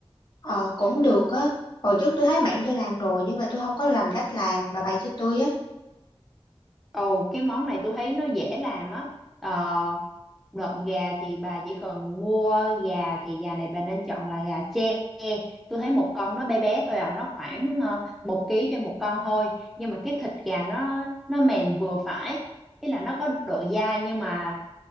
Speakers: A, on the left; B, in the centre.
A: ờ cũng được á. Hồi trước tôi thấy bạn tôi làm rồi nhưng mà tôi không có rành cách làm bà bày cho tôi á.
B: Ồ, cái món này tôi thấy nó dễ làm á. Ờ, nộm gà thì bà chỉ cần mua gà thì gà này bà nên chọn là gà tre. Tôi thấy một con nó bé bé thôi à, nó khoảng uh, một ký trên một con thôi. Nhưng mà cái thịt gà nó nó mềm vừa phải. Ý là nó có độ dai nhưng mà